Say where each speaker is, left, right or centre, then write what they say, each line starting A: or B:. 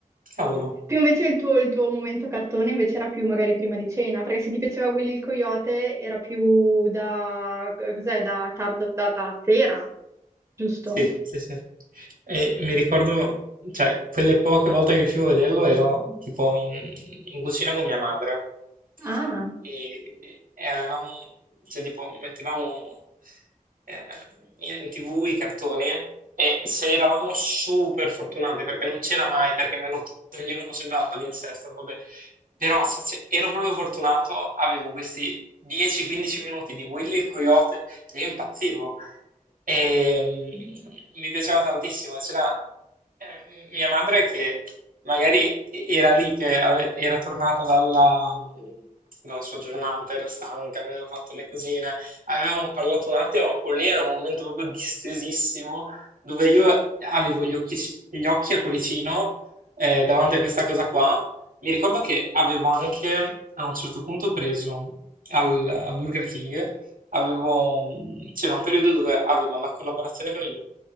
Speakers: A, on the right; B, on the right.
A: Cavolo,
B: Più invece il tuo, il tuo momento cartone invece era più magari prima di cena, perché se ti piaceva Willy il Coyote era più da, cos'è, da tardo, da, da sera, giusto?
A: sì, sì, sì. E mi ricordo, cioè, quelle poche volte che riuscivo a vederlo ero tipo in, in cucina con mia madre.
B: Ah.
A: e, e avevamo, cioè, tipo, mettevamo eh, in TV i cartoni e se eravamo super fortunati, perché non c'era mai, perché me lo toglievano sempre al palinsesto, vabbè. Però se, se ero proprio fortunato, avevo questi 10-15 minuti di Willy il Coyote e io impazzivo. E, mm, mi piaceva tantissimo. E c'era eh, mia madre che Magari era lì che ave- era tornata dalla, dalla sua giornata, era stanca, aveva fatto le cosine. Avevamo parlato un attimo, ma quello lì era un momento proprio distesissimo, dove io avevo gli occhi, gli occhi a cuoricino eh, davanti a questa cosa qua. Mi ricordo che avevo anche a un certo punto preso al Burger King, avevo- c'era un periodo dove avevo la collaborazione con i